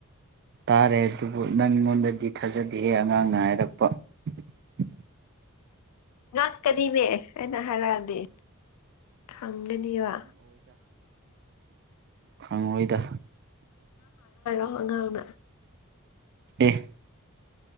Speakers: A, on the right (about 50°); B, on the left (about 85°).
A: ꯇꯥꯔꯦ ꯑꯗꯨꯕꯨ ꯅꯪꯉꯣꯟꯗꯗꯤ ꯊꯥꯖꯗꯍꯦ ꯑꯉꯥꯡꯅ ꯍꯥꯏꯔꯛꯄ <unintelligible>
B: ꯉꯥꯛꯀꯅꯤꯅꯦ ꯍꯥꯏꯅ ꯍꯥꯏꯔꯛꯑꯗꯤ ꯈꯪꯒꯅꯦꯕ
A: ꯈꯪꯣꯏꯗ
B: ꯉꯥꯡꯗ
A: ꯑꯦ